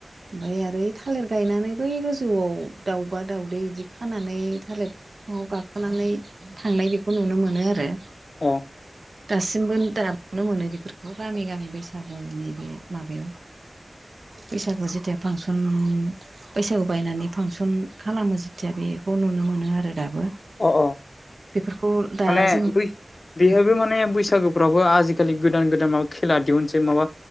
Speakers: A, on the right (about 70°); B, on the left (about 75°).
A: ओमफाय आरो थालिर गायनानैबो गोजौआव दाउबा दाउदै बिदि खानानै थालिर बिफाङाव गाखोनानै थांनाय बेखौ नुनो मोनो आरो।
B: औ
A: दासिमबो दाबनो मोनो बेफोरखौ गामि गामि बैसागुनि बे माबायाव
B: <inaudible>
A: बैसागु जेथिया फांसन बैसागु बायनानै फांसन खालामो खेथिया बेखौ नुनो मोनो आरो दाबो
B: अ अ
A: बेफोरखौ दा
B: माने
A: जों
B: बेहाबबो माने बैसागु फोरावबो आजिखालि गोदान गोदान माबा खेला दिहुननोसै माबा